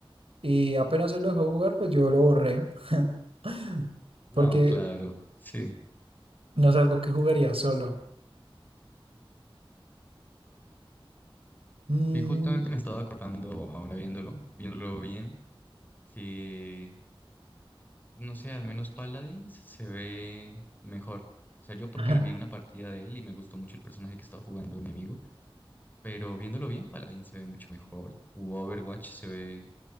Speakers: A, on the right; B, on the left.
A: Y apenas él lo dejó jugar, pues yo lo borré, <clears throat> <laughs>
B: No,
A: porque
B: claro, sí.
A: no es algo que jugaría solo. Mm,
B: Y justamente me estaba acordando, ahora viéndolo, viéndolo bien, que, pues, no sé, al menos Paladins se ve mejor. O sea, yo porque
A: <laughs>
B: le vi una partida de él y me gustó mucho el personaje que estaba jugando mi amigo, pero viéndolo bien, Paladins se ve mucho mejor. U Overwatch se ve